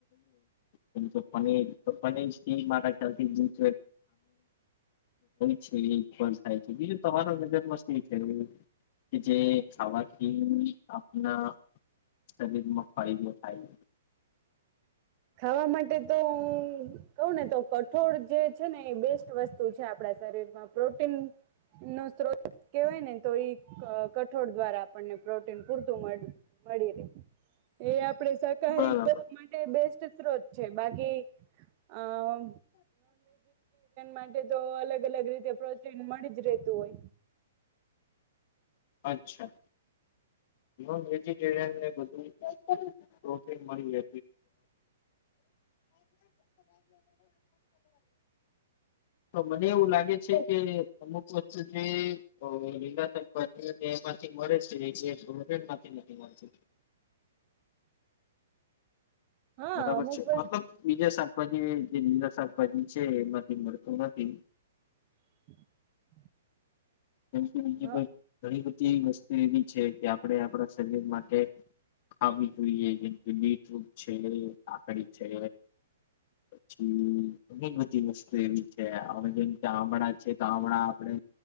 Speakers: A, on the left; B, on the right.
A: બ ચપ્પાને ચ્પને મા ચાલ હોય છે એ પણ થાય છે બીજું તમારા નજરમાં શું થ કે જે ખાવાથી આપના શરીરમાં ફાયદો આઈ
B: આવા માટે તો કહ ને તો કઠોળ જે છે ને એ બેસ્ટ વસ્તુ છે આપણા શરીરમાં પ્રોટીન નો સ્ત્રોત કેહેવાય ને તો એ કઠોળ દ્વારા આપણને પ્રોટીન પૂરતું મળી રહે એ આપ શાકારહારી
A: બરાબર
B: માટે બેસ્ટ બા માટે તો અલગ અલગ રીતે પ્રોટીન મળી જ રતું હોય.
A: અચ્છા. નોન વેજીટેરિયન ને બધુ પ્રોટીન મળી લે તો મને એવું લાગે છે કે અમુક વસ્તુ જે લીલા શાકભાજી તે એમાંથી મળે છે. તે નથી નથી મળતું.
B: હા
A: બરાબર
B: અમુક
A: છે
B: વસ્ત
A: મતલબ બીજા શાક શાખભાજી જે નીલા શાકભાજી છે એમાંથી મળતું નથી.
B: <inaudible>
A: જેમ કે બીજી
B: હ
A: ઘણી બધી વસ્તુ એવી છે કે આપડે આપણા શરીર માટે ખાવી જોઈએ જેમ કે બીટરૂટ છે. કાકડી છે પછી ઘણી બધી વસ્તુ એવી છે હવે જેમ આમડા છે આમડા આપણે